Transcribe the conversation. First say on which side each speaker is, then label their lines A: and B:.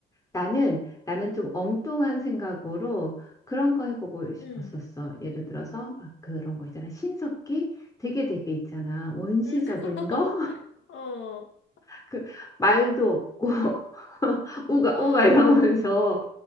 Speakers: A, on the left (about 15°); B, on the left (about 70°).
A: 나는 나는 좀 엉뚱한 생각으로
B: 응,
A: 그런 거 해보고 싶었었어.
B: 응,
A: 예를 들어서 막 그런 거 있잖아. 신석기 되게 되게 있잖아. 원시적인
B: 응. <laughs>
A: 거?
B: 어, 어,
A: <laughs> 그 말도 없고 <laughs> 우가
B: <laughs> 어.
A: 우가 이러면서